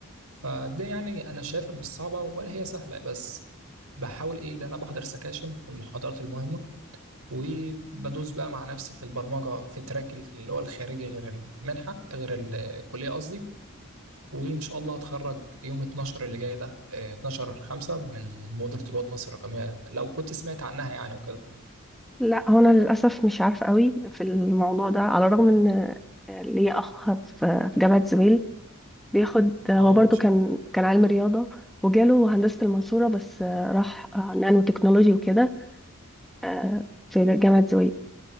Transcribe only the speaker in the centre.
لا هو انا للاسف مش عارفه قوي في الموضوع ده على الرغم ان ليا اخ في في جامعه زويل بياخد هو
برضو
كان كان علم رياضه وجاله هندسه المنصوره بس راح نانو تكنولوجي وكده آه، في جامعه زويل